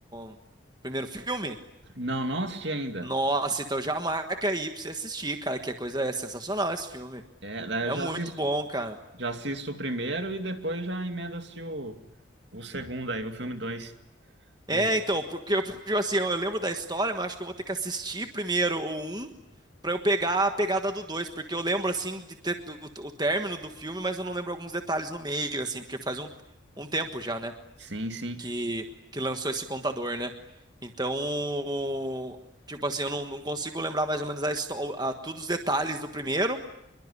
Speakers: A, on the right; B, on the right.
A: o primeiro filme?
B: Não, não assisti ainda.
A: Nossa, então já marca aí pra você assistir, cara, que a coisa é sensacional esse filme.
B: É, daí
A: É
B: eu já
A: muito
B: assisto,
A: bom, cara.
B: já assisto o primeiro e depois já emenda se o, o segundo aí, o filme dois.
A: É,
B: O
A: então, porque eu, porque, assim, eu lembro da história, mas acho que eu vou ter que assistir primeiro o um pra eu pegar a pegada do 2 porque eu lembro, assim, de ter o, o término do filme, mas eu não lembro alguns detalhes no meio, assim, porque faz um, um tempo já, né,
B: Sim, sim.
A: que, que lançou esse contador, né? Então, tipo assim, eu não, não consigo lembrar mais ou menos a, histó- a, todos os detalhes do primeiro,